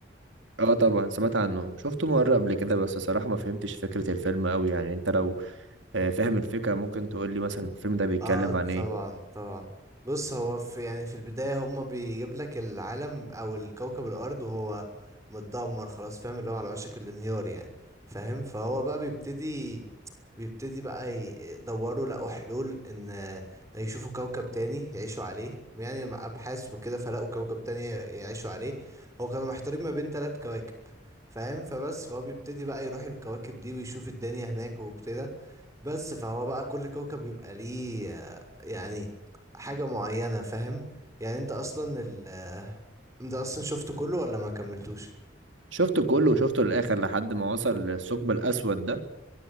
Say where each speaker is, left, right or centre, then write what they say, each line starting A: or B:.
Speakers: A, on the right; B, on the right.
A: اه طبعا سمعت عنه شفته مره قبل كده بس صراحه ما فهمتش فكره الفيلم قوي يعني انت لو آه، فاهم الفكره ممكن تقول لي مثلا الفيلم ده بيتكلم
B: آه
A: عن ايه
B: طبعا طبعا بص هو في يعني في البداية هما بيجيب لك العالم أو الكوكب الأرض وهو متدمر خلاص فاهم اللي هو على وشك الانهيار يعني فاهم فهو بقى بيبتدي بيبتدي بقى يدوروا لقوا حلول ان يشوفوا كوكب تاني يعيشوا عليه يعني مع ابحاث وكده فلقوا كوكب تاني يعيشوا عليه هو كانوا محتارين ما بين ثلاث كواكب فاهم فبس فهو بيبتدي بقى يروح الكواكب دي ويشوف الدنيا هناك وابتدى بس فهو بقى كل كوكب بيبقى ليه آه، يعني حاجة معينة فاهم يعني انت اصلا ال... انت اصلا شفته كله ولا ما كملتوش
A: شفته كله وشفته للاخر لحد ما وصل للثقب الاسود ده